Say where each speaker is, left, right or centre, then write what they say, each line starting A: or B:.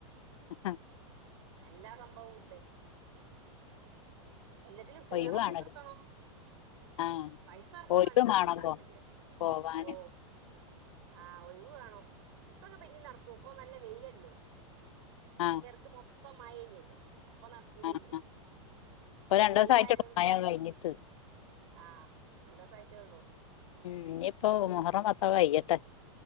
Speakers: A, on the left (about 70°); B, on the right (about 55°).
A: ആ
B: എല്ലാ സംഭവവും ഉണ്ട് എല്ലാത്തിലും കേറാൻപൈസ
A: ഒഴിവ് വേണല്ലോ
B: കൊടുക്കണം
A: ആഹ്
B: പൈസ അറക്കണം
A: ഒഴിവ്
B: എല്ലാത്തമ്മ
A: വേണം
B: കേറണമെങ്കില്
A: പോ പോവാന്
B: ഓഹ് ആഹ് ഒഴിവ് വേണം ഇപ്പൊക്കെ പിന്നി നടക്കൂ ഇപ്പൊ നല്ല വെയിലല്ലേ
A: ആഹ്
B: ഇതിന്റെടക്ക് മൊത്തം മഴേനല്ലോ അപ്പൊ നടക്കൂലനി
A: ആഹ് ആഹ്
B: ഇപ്പൊ
A: രണ്ടു
B: വെയിലയത
A: ദിവസായിട്ടുള്ളൂ
B: കൊണ്ട്
A: മഴ കഴിഞ്ഞിട്ട്
B: ആഹ രണ്ട് ദിവസ ആയിട്ടേള്ളൂ
A: ഉം ഇനിപ്പോ മുഹറം പത്തു കയ്യട്ടെ